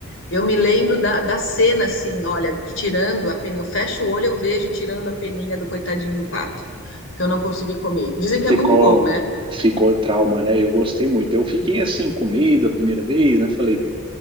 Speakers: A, on the left; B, on the right.
A: Eu me lembro da, da cena, assim, olha, tirando a peninha. Eu fecho o olho, eu vejo tirando a peninha do coitadinho do pato, que eu não consegui comer. Dizem que
B: ficou
A: é muito bom, né?
B: ficou trauma, né? Eu gostei muito. Eu fiquei assim com medo a primeira vez, né? Falei, o